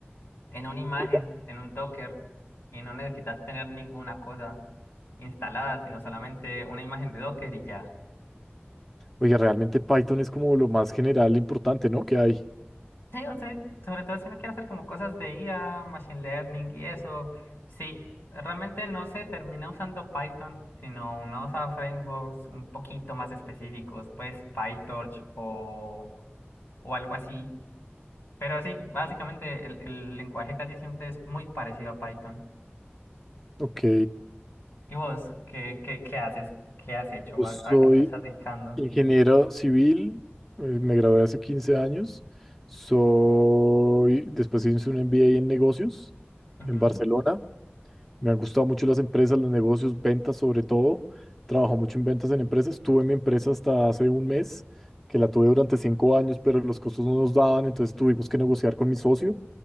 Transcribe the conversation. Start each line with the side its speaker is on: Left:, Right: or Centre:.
Left: en una imagen,
Centre: Oiga,
Left: en un Docker, y no necesitas tener ninguna cosa instalada, sino solamente una imagen de Docker y ya.
Centre: Oiga, realmente Python es como lo más general importante, ¿no? Que hay.
Left: Sí, o sea, sobre todo si uno quiere hacer como cosas de IA, machine learning y eso, sí, realmente no se termina usando Python, sino uno usa frameworks un poquito más específicos, pues PyTorch o, o algo así. Pero sí, básicamente el el lenguaje casi siempre es muy parecido a Python.
Centre: Ok,
Left: ¿Y vos qué, qué, qué haces? ¿Qué has hecho?
Centre: yo
Left: ¿A,
Centre: soy
Left: a qué te estás dedicando?
Centre: ingeniero civil, eh, me gradué hace 15 años, soy, después hice un MBA en negocios
Left: Ujú,
Centre: en Barcelona, me han gustado mucho las empresas, los negocios, ventas sobre todo, trabajo mucho en ventas en empresas, estuve en mi empresa hasta hace un mes, que la tuve durante cinco años, pero los costos no nos daban, entonces tuvimos que negociar con mi socio.